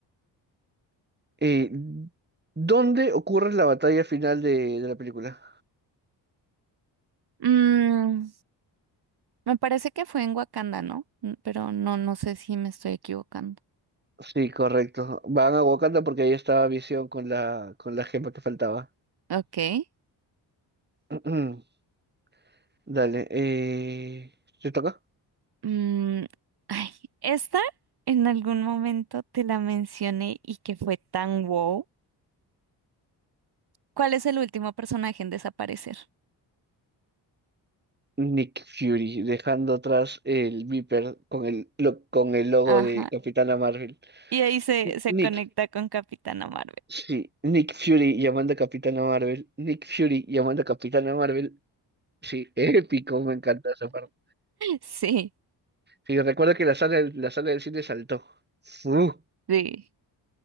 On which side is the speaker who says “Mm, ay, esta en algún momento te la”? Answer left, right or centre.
Right